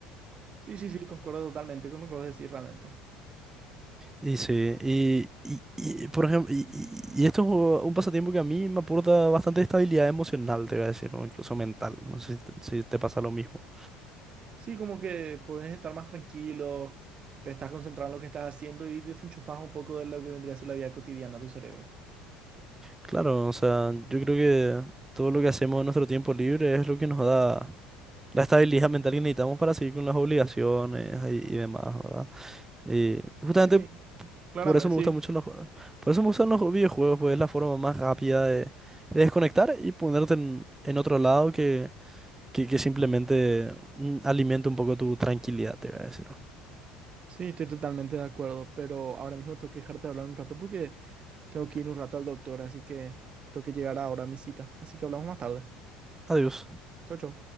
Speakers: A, on the right (about 40°); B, on the right (about 15°).
A: Sí, sí, sí, concuerdo totalmente con lo que vos decís realmente.
B: Y sí, y, y, y, por ejemplo, y, y- y esto es un pasatiempo que a mí me aporta bastante estabilidad emocional, te voy a decir, o incluso mental. No sé si te, si te pasa lo mismo.
A: Sí, como que podés estar más tranquilo, te estás concentrado en lo que estás haciendo y desenchufás un poco de lo que vendría a ser la vida cotidiana de tu cerebro.
B: Claro, o sea, yo creo que todo lo que hacemos en nuestro tiempo libre es lo que nos da. la estabilidad mental que necesitamos para seguir con las obligaciones y, y demás, ¿verdad? Y justamente
A: Sí, claramente,
B: por eso me
A: sí.
B: gustan mucho los, jue- por eso me gustan los videojuegos, pues es la forma más rápida de, de desconectar y ponerte en, en otro lado que, que, que simplemente mm, alimenta un poco tu tranquilidad, te voy a decir.
A: Sí, estoy totalmente de acuerdo, pero ahora mismo tengo que dejarte de hablar un rato porque tengo que ir un rato al doctor, así que tengo que llegar ahora a mi cita. Así que hablamos más tarde.
B: Adiós.
A: Chau, chau.